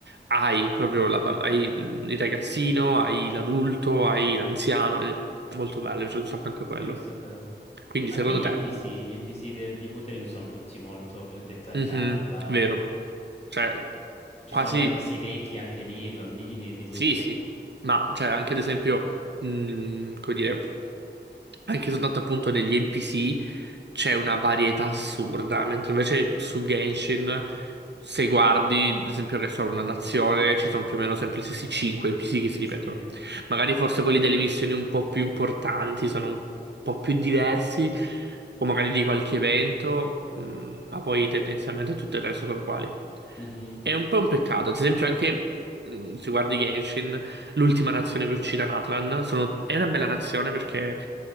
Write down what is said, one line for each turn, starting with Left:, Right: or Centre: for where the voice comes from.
Right: hai proprio la pa- hai il ragazzino, hai l'adulto, hai l'anziano, ed è molto bello, mi piace un sacco anche
Left: Sì,
Right: quello.
Left: questo è vero.
Right: Quindi,
Left: Anche
Right: secondo
Left: gli
Right: te,
Left: NPC, gli NPC del- di Wuthering sono tutti molto più dettagliati
Right: mhm,
Left: e vari.
Right: vero, cioè,
Left: Ci
Right: quasi.
Left: sono NPC vecchi anche lì, bambini, di tutto.
Right: Sì, sì, ma cioè anche ad esempio, mh, come dire, anche soltanto appunto degli NPC c'è una varietà assurda, mentre invece su Genshin, se guardi, ad esempio, che sono una nazione, ci sono più o meno sempre gli stessi 5 NPC che si ripetono.
Left: Sì.
Right: Magari forse quelli delle missioni un po' più importanti sono un po' più diversi, o magari di qualche evento, mh, ma poi tendenzialmente tutto il resto sono uguali.
Left: Mhm.
Right: È un po' un peccato, ad esempio anche mh, se guardi Genshin, l'ultima nazione che uccide Natlan, sono... è una bella nazione perché